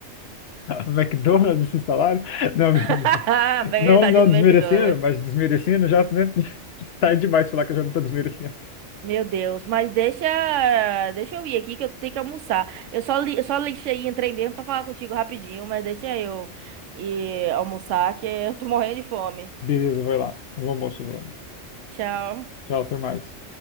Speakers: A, on the left; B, on the right.
A: <laughs> McDonald's esse salário? Não, <laughs> mentira.
B: <laughs> Bem,
A: não,
B: tadinho
A: não
B: do
A: desmerecendo,
B: McDonald's.
A: mas desmerecendo já, né? Tá demais falar que eu já não tô desmerecendo.
B: Meu Deus, mas deixa, deixa eu ir aqui que eu tenho que almoçar. Eu só li, eu só lixei e entrei mesmo pra falar contigo rapidinho, mas deixa eu ir almoçar que eu tô morrendo de fome.
A: Beleza, vai lá. Bom almoço, Luana.
B: Tchau.
A: Tchau, até mais.